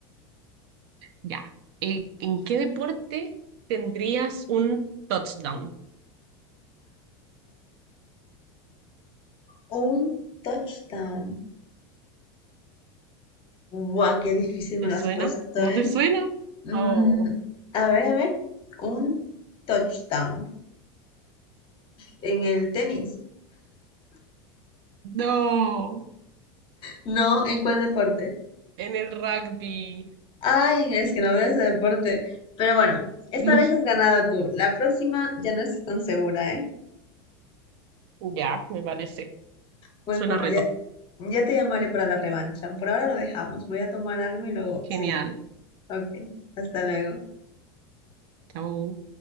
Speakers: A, on the right (about 65°); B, on the left (about 40°).
A: ya. Eh, ¿en qué deporte tendrías un touchdown?
B: un touchdown. Buah, qué difícil
A: ¿Te
B: me lo
A: suena?
B: has puesto,
A: ¿No
B: ¿eh?
A: te suena?
B: Mm,
A: Oh,
B: a ver, a ver. Un touchdown. En el tenis.
A: No.
B: No, ¿en cuál deporte?
A: En el rugby.
B: Ay, es que no veo ese deporte. Pero bueno, esta
A: No.
B: vez has ganado tú. La próxima ya no estás tan segura, ¿eh?
A: Ya, me parece.
B: Pues
A: Suena
B: bueno,
A: reto.
B: ya, ya te llamaré para la revancha. Por ahora lo dejamos. Voy a tomar algo y luego
A: Genial.
B: seguimos. Ok, hasta luego.
A: Chao.